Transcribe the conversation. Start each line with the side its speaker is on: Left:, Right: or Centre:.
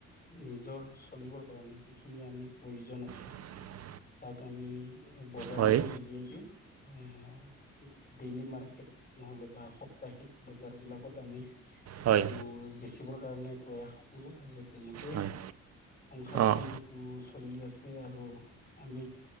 Left: নিজৰ চলিবৰ কাৰণে যিখিনি আমি প্ৰয়োজন আছে।
Right: <inaudible>
Left: তাক আমি বজাৰলৈ
Right: হয়
Left: উলিয়াই দিওঁ আহ ডেইলি মাৰ্কেট নহলে বা সাপ্তাহিক বজাৰ বিলাকত আমি সেইটো
Right: হয়
Left: বেচিবৰ কাৰণে প্ৰয়াস কৰোঁ আৰু তেনেকেই
Right: হয়
Left: সংসাৰখন
Right: অঁ
Left: হয়তো চলি আছে আৰু আমি